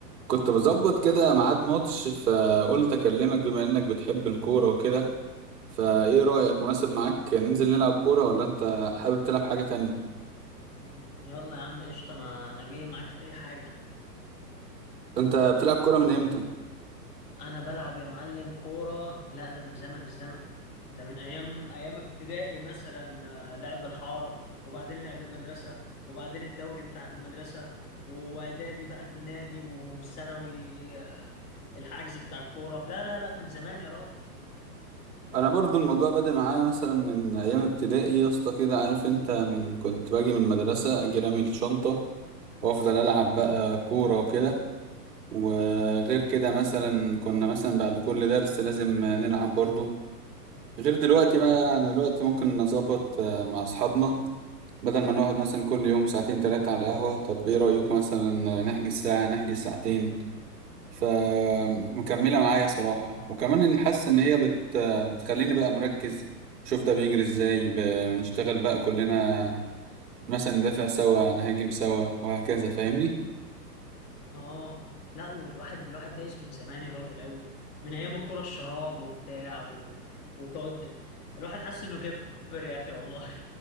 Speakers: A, on the right (about 70°); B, on the left (about 60°).
A: كنت بظبط كده ميعاد ماتش فقلت اكلمك بما انك بتحب الكورة وكده فايه رأيك مناسب معاك ننزل نلعب كورة ولا انت حابب تلعب حاجة تانية
B: مم. يلا يا عم قشطة أنا أنا جاي معاك في أي حاجة
A: انت بتلعب كورة من امتى
B: أنا بلعب يا معلم كورة لا ده من زمن الزمن ده من أيام أيام ابتدائي مثلا آه، لعب الحارة وبعدين لعب المدرسة وبعدين الدوري بتاع المدرسة وإعدادي بقى النادي والثانوي آه، الحجز بتاع الكورة لا لا لا من زمان يا راجل
A: انا برضو الموضوع بدأ معايا مثلا من ايام ابتدائي يا اسطى كده عارف انت من كنت باجي من المدرسة اجي رامي الشنطة وافضل العب بقى كورة وكده وغير كده مثلا كنا مثلا بعد كل درس لازم نلعب برضو غير دلوقتي
B: آه
A: بقى انا دلوقتي ممكن نظبط آه، مع اصحابنا بدل ما نقعد مثلا كل يوم ساعتين تلاتة على القهوة طب ايه رأيكم مثلا نحجز ساعة نحجز ساعتين فمكملة معايا صراحة وكمان إن حاسس
B: آه
A: إن هي بت... بتخليني بقى مركز شوف ده بيجري ازاي ب... نشتغل بقى كلنا مثلا ندافع سوا نهاجم سوا وهكذا فاهمني؟
B: اه لا والواحد الواحد دايس من زمان يا راجل قوي من ايام الكرة الشراب وبتاع و... وتقعد الواحد حاسس انه كبر يا اخي والله